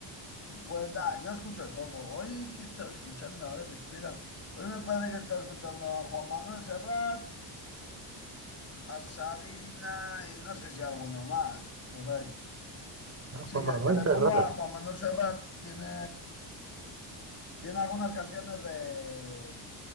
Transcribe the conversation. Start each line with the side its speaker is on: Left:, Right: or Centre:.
Left: Pues da, yo escucho de todo. Hoy que estaba escuchando, a ver, espera. Hoy me parece que estaba escuchando a Juan Manuel Serrat, a Sabina y no sé si alguno más, por ahí.
Right: Ah,
Left: Sí,
Right: Juan
Left: que,
Right: Manuel
Left: que le
Right: Serrat,
Left: pongo a Juan Manuel Serrat, tiene, tiene algunas canciones de,